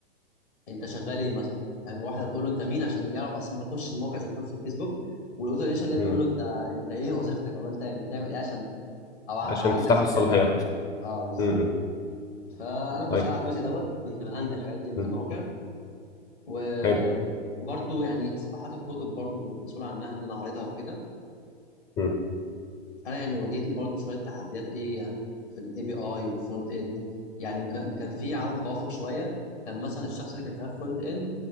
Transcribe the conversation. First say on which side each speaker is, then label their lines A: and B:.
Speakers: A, on the left; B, on the left.
A: انت شغال ايه مثلا فاهم واحده بتقول له انت مين عشان يعرف اصلا يخش الموقع ذات نفسه الفيسبوك والاوثورايزيشن اللي هي
B: امم
A: تقول له انت انت ايه وظيفتك ولا انت يعني بتعمل ايه عشان او ع-
B: عشان
A: عندك
B: تفتح
A: صلاحيه
B: له الصلاحيات
A: ولا لا اه بالظبط
B: امم
A: فانا كنت
B: طيب
A: شغال على الجزء دوت كنت بهندل الحاجات دي يعني
B: امم
A: في المواقع و
B: حلو
A: وبرضه يعني صفحات الكتب برضه كنت مسؤول عنها ان انا اعرضها وكده
B: امم
A: انا يعني واجهتني برضو شويه تحديات ايه يعني في الاي بي اي والفرونت اند يعني ما كان كان في عدم توافق شويه كان مثلا الشخص اللي كان شغال فرونت اند